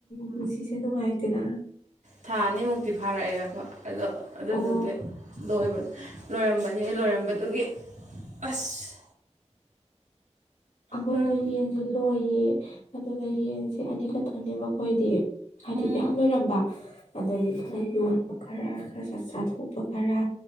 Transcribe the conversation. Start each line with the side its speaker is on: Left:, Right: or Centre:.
Left: ꯄꯨꯟꯁꯤꯁꯦ ꯅꯨꯡꯉꯥꯏꯇꯦꯅ
Right: ꯊꯥ ꯑꯅꯤꯃꯨꯛꯇꯤ ꯐꯥꯔꯛꯑꯦ ꯑꯗꯣ ꯑꯗꯨꯗꯨꯒꯤ
Left: ꯑꯣ
Right: ꯂꯣꯏꯕ ꯂꯣꯏꯔꯝꯕꯅꯤ ꯂꯣꯏꯔꯝꯕꯗꯨꯒꯤ ꯑꯁ
Left: ꯑꯩꯈꯣꯏꯁꯨ
Right: ꯂꯣꯏꯔꯝ
Left: ꯌꯦꯟꯁꯨ ꯂꯣꯏꯌꯦ ꯑꯗꯨꯒ ꯌꯦꯟꯁꯦ ꯑꯅꯤꯈꯛꯇꯅꯦꯕ ꯑꯈꯣꯏꯗꯤ ꯍꯥꯏꯗꯤ
Right: ꯎꯝ
Left: ꯃꯌꯥꯝ ꯂꯣꯏꯔꯝꯕ ꯑꯗꯒꯤ ꯈꯔ ꯌꯣꯟꯕ ꯈꯔ ꯈꯔ ꯁ ꯆꯥꯊꯣꯛꯄ ꯈꯔ